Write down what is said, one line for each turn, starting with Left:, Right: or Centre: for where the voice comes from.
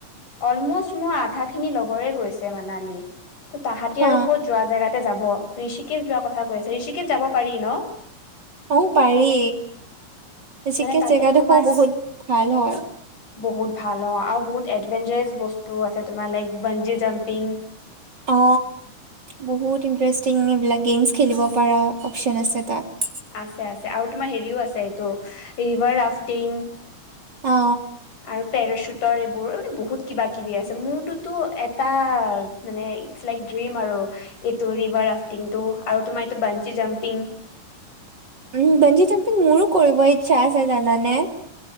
Left: অলমোষ্ট মোৰ আধাখিনি লগৰে গৈছে মানালী। ত তাহাঁতি
Right: হা
Left: আৰু ক'ত যোৱা জেগাতে যাব ঋষিকেত যোৱা কথা কৈ আছে ঋষিকেত যাব পাৰি ন।
Right: অ পাৰি বেছিকে
Left: মানে তাতে
Right: জেগাডোখো
Left: তোমাৰ
Right: বহুত ভাল হয়।
Left: বহুত ভাল অ আৰু বহুত এডভেঞ্চাৰেছ বস্তু আছে তোমাৰ লাইক বঞ্জী জাম্পিং।
Right: অ। বহুত ইণ্টাৰেষ্টিং এইবিলাক গেমছ খেলিব পৰা অপচন আছে তাত।
Left: আছে আছে আৰু তোমাৰ হেৰিও আছে এইটো ৰিভাৰ ৰাফটিং।
Right: অ।
Left: আৰু পেৰাশ্বুটৰ এইবোৰ মানে বহুত কিবা কিবি আছে মোৰততো এটা মানে ইটছ লাইক। ডিম আৰু এইটো ৰিভাৰ ৰাফটিংটো আৰু তোমাৰ এইটো বানঞ্চি জাম্পিং।
Right: উম বঞ্জি চম্পি মোৰো কৰিব ইচ্ছা আছে জানানে।